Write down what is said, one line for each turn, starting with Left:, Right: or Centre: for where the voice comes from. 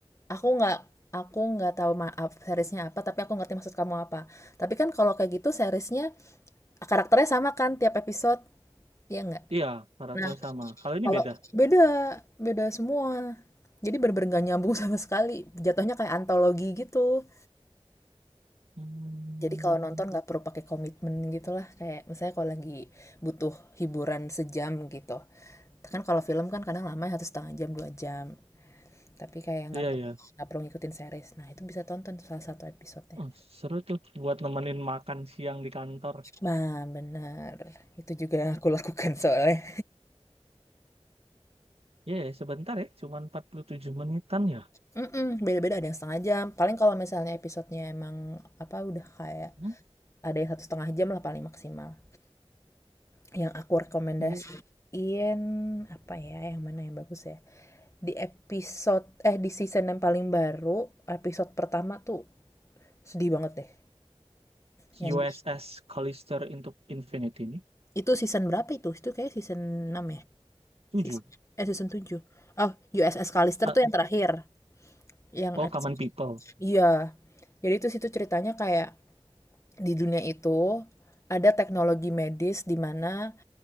Left: aku nggak aku nggak tahu maaf seriesnya apa, tapi aku ngerti maksud kamu apa. Tapi kan kalau kayak gitu seriesnya karakternya sama kan tiap episode, ya nggak?
Right: iya karakter
Left: Nah,
Right: sama kalau ini
Left: kalau
Right: beda
Left: beda, beda semua. Jadi bener-bener nggak nyambung <laughs> sama sekali. Jatuhnya kayak antologi gitu.
Right: Hmm,
Left: Jadi kalau nonton nggak perlu pakai komitmen gitu lah. Kayak misalnya kalau lagi butuh hiburan sejam gitu. Kan kalau film kan kadang lama harus setengah jam, dua jam. Tapi kayak nggak
Right: iya iya
Left: nggak perlu ngikutin series. Nah, itu bisa tonton salah satu episodenya.
Right: oh, seru tuh buat nemenin makan siang di kantor
Left: Nah, bener. Itu juga yang aku lakukan soalnya. <laughs>
Right: iya ya, sebentar ya cuman 47 menitan ya
Left: Mhm, beda-beda ada yang setengah jam, paling kalau misalnya episodenya emang, apa, udah kayak
Right: Hmm.
Left: ada yang satu setengah jam lah paling maksimal. Yang aku rekomendasiin,
Right: oh
Left: apa ya, yang mana yang bagus ya, di episode eh, di season yang paling baru, episode pertama tuh sedih banget deh, yang
Right: USS Callister into Infinity ini
Left: itu season berapa itu? Itu kayak season 6 ya?
Right: tujuh
Left: Season eh, season 7. Oh, USS Callister
Right: Ah,
Left: tuh yang terakhir, yang
Right: oh
Left: episode
Right: Common People
Left: iya. Jadi itu situ ceritanya kayak di dunia itu ada teknologi medis di mana